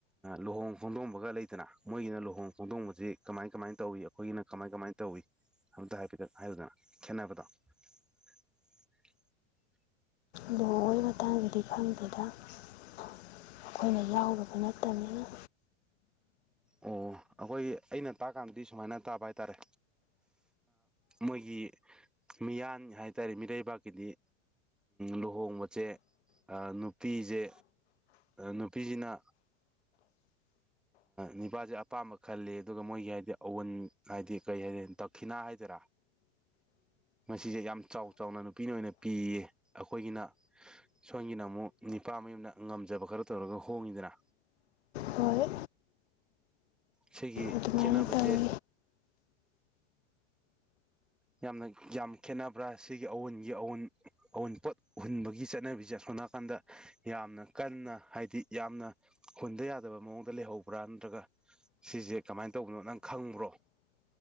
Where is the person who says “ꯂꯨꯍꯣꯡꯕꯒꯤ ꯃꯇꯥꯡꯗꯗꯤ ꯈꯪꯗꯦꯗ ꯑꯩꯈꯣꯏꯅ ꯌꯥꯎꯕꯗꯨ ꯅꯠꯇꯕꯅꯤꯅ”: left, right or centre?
Left